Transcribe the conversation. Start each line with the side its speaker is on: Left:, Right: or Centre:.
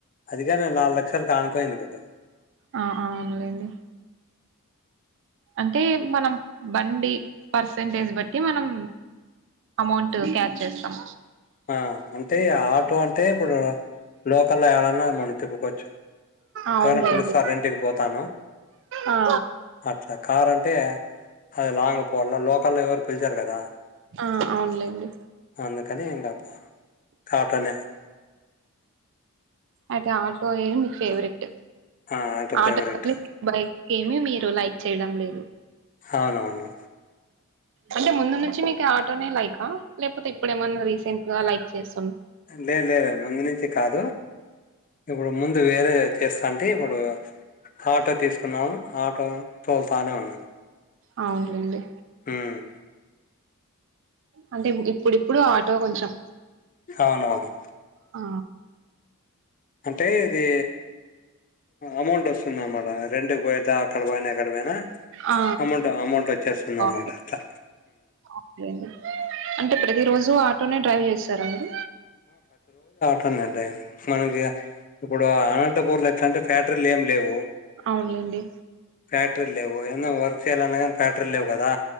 Left: అది కానీ నాలుగు లక్షలు కానుకునింది కదా
Right: ఆ అవునులేండి అంటే మనం బండి పర్సంటేజ్ బట్టి మనం అమౌంట్ క్యాచ్ చేస్తాం
Left: ఆ అంటే ఆటో అంటే ఇప్పుడు లోకల్ లో యాడన్నా మనం తిప్పుకోవచ్చు
Right: అవునులేండి
Left: ఎవరో పిలుస్తారు రెంట్ కి పోతాను
Right: ఆ
Left: అట్లా కార్ అంటే అది లాంగ్ పోవాల లోకల్లో ఎవరు పిల్చరు కదా
Right: ఆ అవునులేండి
Left: అందుకని ఇంగ ప్ప కాటో నే
Right: ఐతే ఆటో ఏ మీకు ఫేవరెట్
Left: ఆ,
Right: ఆటో
Left: ఫేవరెట్
Right: <inaudible> ఏమి మీరు లైక్ చేయడం లేదు
Left: అవునవును
Right: అంటే ముందు నుంచి మీకు ఆటోనే లైకా లేకపోతే ఇప్పుడేమన్నానా రీసెంట్ గా లైక్ చేస్
Left: లే లేవ ముందు నించి కాదు ఇప్పుడు ముందు ఇ వేరే చేస్తాంటి ఇప్పుడు ఆటో తీసుకున్నావు ఆ తోల్తానే ఉన్నాను
Right: అవున్లేండి
Left: హ్మ్
Right: అంటే ఇప్పుడిప్పుడు ఆటో కొంచెం
Left: అవునవును
Right: ఆ
Left: అంటే ఇది అమౌంట్ వస్తుందన్నామాట రెంట్కి పోతె అక్కడ పోయినా ఎక్కడ పోయినా
Right: ఆ
Left: అమౌంట్ అమౌంట్ వచ్చేస్తుంది
Right: బావుంటది.
Left: అన్నమాట అలా
Right: అవునులేండి అంటే ప్రతి రోజు ఆటోనే డ్రైవ్ చేస్తార అండి
Left: తన్నే డ్రైవ మనకి ఇప్పుడు అనంటపూర్ల ఎట్లంటే ఫ్యాక్టరీలు ఏం లేవు
Right: అవునులేండి
Left: ఫ్యాక్టరీ లేవో న్న వర్క్ చేయ్యాలన్నా కానీ ఫ్యాక్టరీ లేవు కదా